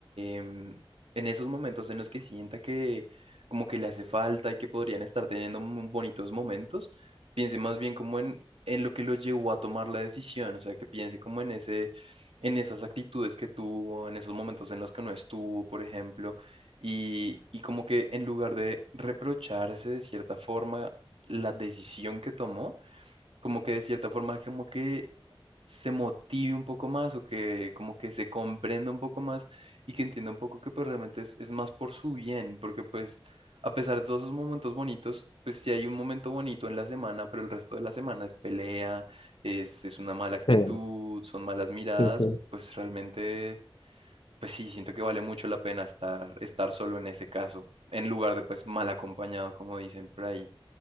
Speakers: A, on the right (about 80°); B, on the left (about 60°).
A: em, en esos momentos en los que sienta que como que le hace falta y que podrían estar teniendo mu- bonitos momentos, piense más bien como en, en lo que lo llevó a tomar la decisión, o sea, que piense como en ese, en esas actitudes que tuvo, en esos momentos en los que no estuvo, por ejemplo. Y, y como que en lugar de reprocharse de cierta forma la decisión que tomó, como que de cierta forma como que se motive un poco más o que como que se comprenda un poco más y que entienda un poco que pues realmente es, es más por su bien, porque pues a pesar de todos esos momentos bonitos, pues sí hay un momento bonito en la semana, pero el resto de la semana es pelea, es, es una mala actitud,
B: sí,
A: son malas miradas,
B: sí, sí.
A: pues realmente, pues sí, siento que vale mucho la pena estar, estar solo en ese caso, en lugar de pues mal acompañado, como dicen por ahí.